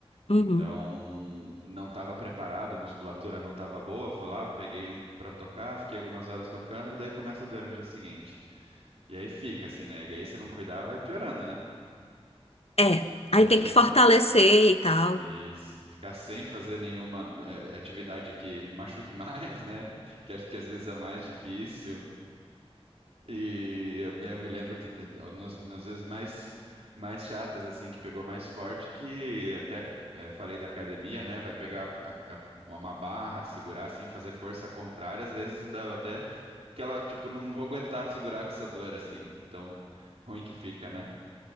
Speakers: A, on the right; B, on the left.
A: Então,
B: Uhum.
A: não estava preparado, a musculatura não estava boa, fui lá, peguei um para tocar, fiquei algumas horas tocando, e daí começa a doer no dia seguinte. E aí fica, assim, né? E aí se não cuidar, vai piorando, né?
B: É.
A: Já
B: Aí tem
A: cheguei.
B: que fortalecer e tal.
A: Isso. Ficar sem fazer nenhuma eh, atividade que machuque <laughs> mais, né? Que acho que às vezes é o mais difícil. E eu, eu me lembro que te- nas, nas vezes mais, mais chatas, assim, que pegou mais forte, que até eh, falei da academia, né? Vai pegar a- a- uma barra, segurar, assim, fazer força contrária, às vezes dava até que ela, tipo, não vou aguentar segurar com essa dor, assim, de tão ruim que fica, né?